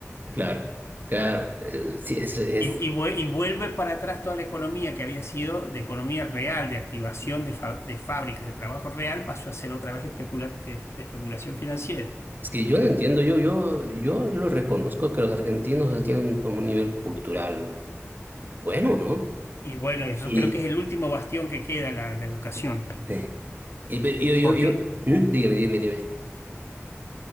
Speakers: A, on the right; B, on the left.
A: claro, claro. Eh, Sí, es, es,
B: Y, y vue- y vuelve para atrás toda la economía que había sido de economía real, de activación de, fa- de fábricas, de trabajo real, pasó a ser otra vez especula- eh, de especulación financiera.
A: es que yo no entiendo, yo, yo, yo, yo lo reconozco que los argentinos o tienen como un nivel cultural bueno, ¿no?
B: Y bueno, eso
A: Y,
B: creo que es el último bastión que queda, la, la educación.
A: eh, y pe- yo, yo,
B: Porque,
A: yo, ¿Mm? Dígame, dime, dime.